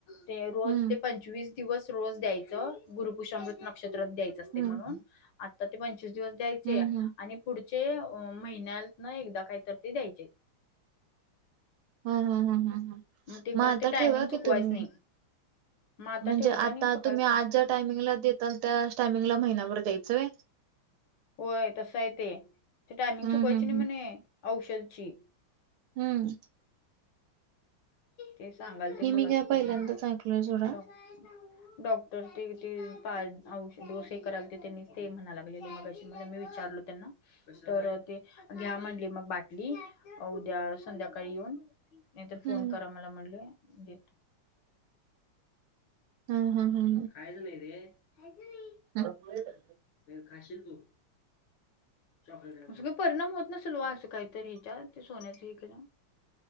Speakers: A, on the left; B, on the right.
A: ते रोज
B: हम्म,
A: ते पंचवीस दिवस रोज द्यायचे. गुरुपुषमृत नक्ष्रात द्यायच असते
B: हम्म,
A: म्हणून आता ते पंचवीस दिवस द्यायचे
B: हम्म, हम्म.
A: आणि. पुढचे महिन्यातन एकदा काही तर ते द्यायच्यात.
B: ह ह ह ह ह
A: ते
B: मग
A: खरं
B: आता
A: ते टायमिंग
B: ठेवा
A: चुकवायच
B: की तुम्ही.
A: नाही मग आता
B: म्हणजे
A: ठेवता
B: आता
A: नाही सकाळी
B: तुम्ही
A: पाच
B: आज ज्या टायमिंगला देताल त्या टायमिंगला महिना भर द्यायचंय.
A: होय तसं आहे ते ते टायमिंग
B: हं,
A: चुकवायची
B: हं,
A: नाही
B: हं.
A: म्हणे औषधींची.
B: हम्म
A: ते सांगाल ते
B: हे
A: मगाशी
B: मी काय पहिल्यांदाच
A: तेनी त्यांनी
B: ऐकलोय सोडा.
A: डॉ डॉक्टर ते ते पा औषध डोसे हे करायल ते त्यांनी ते म्हणाय लागले मग मी विचारलो त्यांना तर ते घ्या म्हटले मग बाटली उद्या संध्याकाळी येऊन नाहीतर फोन
B: हं.
A: करा मला म्हटले देते
B: हं, हं, हं,
A: खायचं नाही ते खायचं
B: ह
A: ते खाशील तू काही परिणाम होत नसल वो असं काहीतरी हिच्यावर ते सोन्याच हे केल्यावर